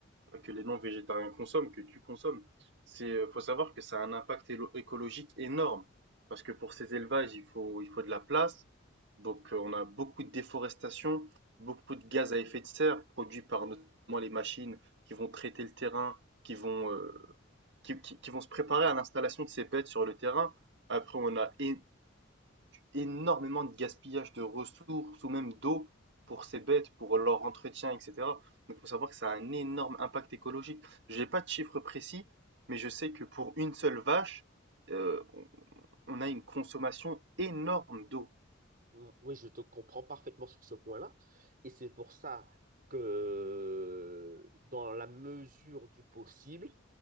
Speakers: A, on the right; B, on the right.
A: que les non-végétariens consomment, que tu consommes. C'est, euh, faut savoir que ça a un impact élo- écologique énorme. Parce que pour ces élevages, il faut, il faut de la place. Donc, euh, on a beaucoup de déforestation, beaucoup de gaz à effet de serre produits par notamment les machines qui vont traiter le terrain, qui vont, euh, qui, qui- qui vont se préparer à l'installation de ces bêtes sur le terrain. Après, on a é- énormément de gaspillage de ressources ou même d'eau pour ces bêtes, pour leur entretien, etc. Donc, il faut savoir que ça a un énorme impact écologique. J'ai pas de chiffre précis, mais je sais que pour une seule vache, euh, on a une consommation énorme d'eau.
B: Mm, Oui, je te comprends parfaitement sur ce point-là. Et c'est pour ça que dans la mesure du possible,